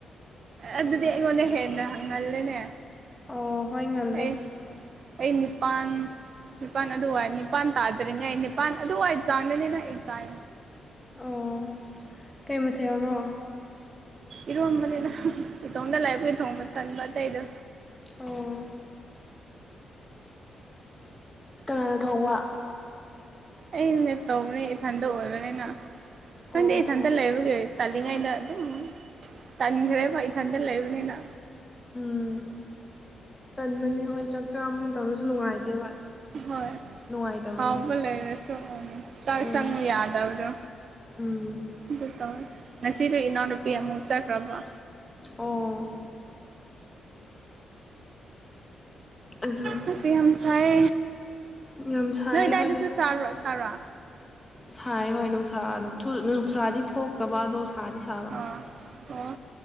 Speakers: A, on the right; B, on the left.
A: ꯑꯗꯨꯗꯤ ꯑꯩꯉꯣꯟꯗꯩ ꯍꯦꯟꯅ ꯉꯜꯂꯦꯅꯦ꯫
B: ꯑꯣ ꯍꯣꯏ ꯉꯜꯂꯦ꯫
A: ꯑꯩ ꯑꯩ ꯅꯤꯄꯥꯟ ꯅꯤꯄꯥꯜ ꯑꯗꯨ ꯋꯥꯏ ꯅꯤꯄꯥꯟ ꯇꯥꯗ꯭ꯔꯤꯉꯩ ꯅꯤꯄꯥꯜ ꯑꯗꯨꯋꯥꯏ ꯆꯥꯡꯗꯅꯤꯗ ꯑꯩ ꯆꯥꯏꯗꯣ꯫
B: ꯑꯣ ꯀꯩ ꯃꯊꯦꯜꯅꯣ?
A: ꯏꯔꯣꯝꯕꯅꯦꯗ ꯏꯇꯣꯡꯗ ꯂꯏꯕꯩ ꯊꯣꯡꯕ ꯇꯟꯕ ꯑꯇꯩꯗꯨ꯫
B: ꯑꯣ ꯀꯅꯥꯅ ꯊꯣꯡꯕ
A: ꯑꯩꯅ ꯇꯧꯕꯅꯦ ꯏꯊꯟꯇ ꯑꯣꯏꯕꯅꯤꯅ ꯈꯪꯗꯦ
B: ꯑꯣ
A: ꯏꯊꯟꯇ
B: ꯑꯣ
A: ꯂꯩꯕꯒꯤ ꯇꯥꯜꯂꯤꯉꯩꯗ ꯑꯗꯨꯝ ꯇꯟꯈ꯭ꯔꯦꯕ ꯏꯊꯟꯗ ꯂꯩꯕꯅꯤꯅ
B: ꯎꯝ ꯇꯟꯕꯅꯦ ꯍꯣꯏ ꯆꯥꯛ ꯆꯥꯕ ꯃꯇꯝꯗꯁꯨ ꯅꯨꯡꯉꯥꯏꯇꯦꯕ
A: ꯍꯣꯏ
B: ꯅꯨꯡꯉꯥꯏꯇꯕꯅꯦ
A: ꯍꯥꯎꯕ ꯂꯩꯔꯁꯨꯣ ꯆꯪ
B: ꯎꯝ
A: ꯆꯉꯨ ꯌꯥꯗꯕꯗꯣ
B: ꯎꯝ
A: ꯑꯗꯨ ꯇꯧꯋꯦ ꯉꯁꯤꯗꯤ ꯏꯅꯥꯎꯅꯨꯄꯤ ꯑꯃꯨꯛ ꯆꯠꯈ꯭ꯔꯕ
B: ꯑꯣ ꯑꯗꯨ
A: ꯉꯁꯤ ꯌꯥꯝ ꯁꯥꯏ
B: ꯌꯥꯝ ꯁꯥꯏ
A: ꯅꯣꯏ
B: ꯑꯩꯈꯣꯏꯗꯁꯨ
A: ꯑꯗꯥꯏꯗꯁꯨ ꯆꯥꯔ ꯁꯥꯥꯔꯣ
B: ꯁꯥꯏ ꯍꯣꯏ ꯅꯨꯡꯁꯥ ꯅꯨꯡꯁꯥꯗꯤ ꯊꯣꯛꯇꯕ ꯑꯗꯣ ꯁꯥꯗꯤ ꯁꯥꯕ
A: ꯑꯣ